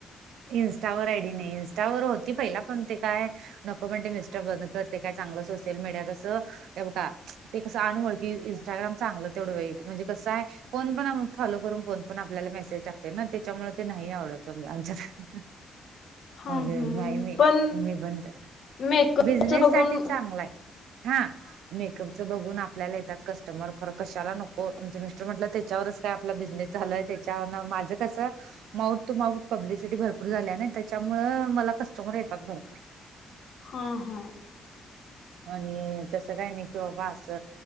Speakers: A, on the right; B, on the left.
A: इन्स्टावर आयडी नाही इन्स्टावर होती पहिला पण ते काय नको म्हटले मिस्टर बंद कर ते काय चांगलं सोशल मीडिया कसं हे बघा ते कसं अनवळकी इंस्टाग्राम चांगलं तेवढं वाईट म्हणजे कसं आहे कोण पण फॉलो करून कोण पण आपल्याला मेसेज टाकतय ना, त्याच्यामुळे ते नाही आवडत आमच्यात. <inaudible>
B: हा
A: मग
B: हम्म
A: नाही मी
B: पण
A: मी बंद
B: मेकअपच
A: बिझनेस
B: बघून
A: साठी चांगला हाय. हा मेकअपच बघून आपल्याला येतात कस्टमर खरं कशाला नको आमचं मिस्टर म्हटलं, त्याच्यावरच काय आपला बिझनेस झालय त्याच्यावरण माझं कसं माऊट तू माऊट पब्लिसिटी भरपूर झालीय ना, त्याच्यामुळ मला कस्टमर येतात भरपूर.
B: हा हा
A: आणि तसं काय नाही किंवा बाबा असं